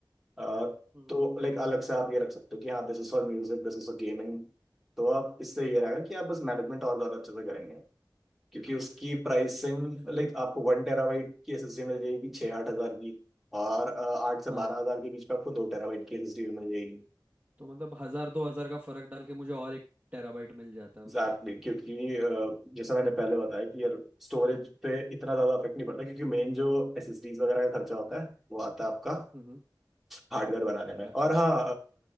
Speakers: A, in the centre; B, on the right.
A: अ,
B: हम्म
A: तो लाइक अलग से आप ये रख सकते हो कि हाँ this is for music this is for gaming तो आप इससे ये रहेगा कि आप बस मैनेजमेंट और ज्यादा अच्छे से करेंगे क्योंकि उसकी प्राइसिंग
B: अच्छा
A: लाइक आपको वन टेराबाइट की एसएसडी मिल जाएगी छः आठ हजार की और अ, आठ से
B: हाँ
A: बारह हजार के बीच में आपको दो टेराबाइट की एसएसडी भी मिल जाएगी
B: तो मतलब हजार दो हजार का फर्क डाल के मुझे और एक टेराबाइट मिल जाता है
A: एग्जैक्टली
B: उसमें
A: exactly, क्योंकि अ, जैसा मैंने पहले बताया कि यार स्टोरेज पे इतना ज्यादा अफेक्ट नहीं पड़ता क्योंकि मेन जो एसएसडीज वगैरह का खर्चा होता है वो आता है आपका
B: हम्म
A: हार्डवेयर बनाने में
B: अच्छा
A: और हाँ